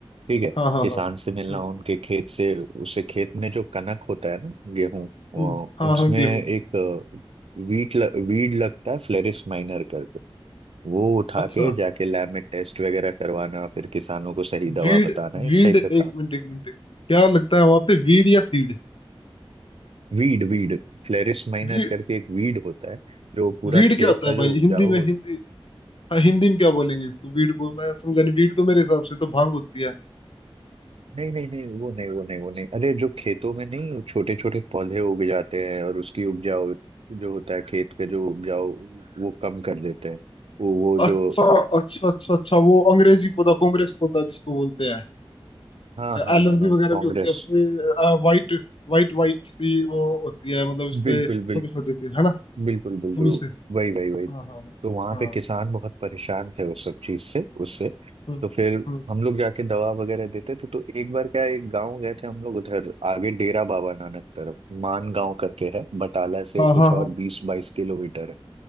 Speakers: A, on the right (about 80°); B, on the left (about 65°).
A: ठीक है
B: हाँ हाँ
A: किसान
B: हाँ
A: से मिलना
B: हम्म
A: उनके खेत से उससे खेत में जो कनक होता है ना गेहूं वो-
B: हम्म हाँ
A: उसमें
B: हाँ गेहूँ
A: एक वीट ल, वीड लगता है फ्लेरिस माइनर करके वो उठा
B: अच्छा
A: के जाके लैब में टेस्ट वगैरह करवाना फिर किसानों को सही
B: वीड
A: दवा बताना इस
B: वीड
A: टाइप
B: एक
A: का काम
B: मिनट एक मिनट एक मिनट क्या लगता है वहां पे वीड या सीड
A: वीड वीड फ्लेरिस माइनर
B: वीड
A: करके एक वीड होता है जो पूरा
B: वीड
A: खेत
B: क्या होता
A: का
B: है
A: जो
B: भाई
A: उपजाऊ
B: हिंदी में
A: हो
B: हिंदी हाँ, हिंदी में क्या बोलेंगे इसको वीड को मैं समझा नहीं वीड तो मेरे हिसाब से तो भांग होती है
A: नहीं नहीं नहीं वो नहीं वो नहीं वो नहीं अरे जो खेतों में नहीं छोटे छोटे पौधे उग जाते हैं और उसकी उपजाऊ जो होता है खेत के जो उपजाऊ वो कम कर देते हैं वो वो
B: अच्छा
A: जो
B: अच्छा अच्छा अच्छा वो अंग्रेजी पौधा कांग्रेस पौधा जिसको बोलते हैं
A: हाँ हाँ
B: एलर्जी
A: हाँ हाँ
B: वगैरह
A: कांग्रेस
B: भी होती है उसपे वाइट वाइट वाइट सी वो होती है मतलब उसपे
A: बिल्कुल
B: छोटे
A: बिल्कुल
B: छोटे से है ना
A: बिल्कुल बिल्कुल
B: फूल से
A: वही वही
B: हाँ
A: वही
B: हाँ हाँ
A: तो वहां पे
B: हाँ
A: किसान बहुत परेशान थे उस सब चीज से उससे
B: हम्म
A: तो फिर
B: हम्म
A: हम लोग जाके दवा वगैरह देते थे तो एक बार क्या है, एक गांव गए थे हम लोग उधर आगे डेरा बाबा नानक तरफ मान गांव करके है बटाला से
B: हाँ
A: कुछ
B: हाँ
A: और
B: हाँ
A: बीस बाईस किलोमीटर है